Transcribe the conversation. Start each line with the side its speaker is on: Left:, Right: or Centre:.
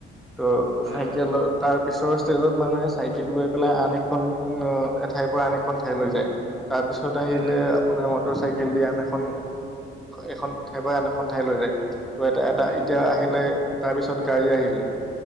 Centre: ত'
Right: হয়
Centre: চাইকেল
Right: হয়
Centre: তাৰ পিছৰৰ ষ্টেজত মানুহে চাইকেল লৈ পেলাই আন এখন এ এঠাইৰ পৰা আন এখন ঠাইলৈ যায়। তাৰপিছত
Right: হয়,
Centre: আহিলে
Right: হয়।
Centre: আপোনাৰ মটৰ চাইকেল দি আন এখন, এখন ঠাইৰ পৰা আন এখন ঠাই লৈ যায়, ত এ এতিয়া
Right: উম, হুম।
Centre: আহিলে তাৰপিছত গাড়ী আহিলে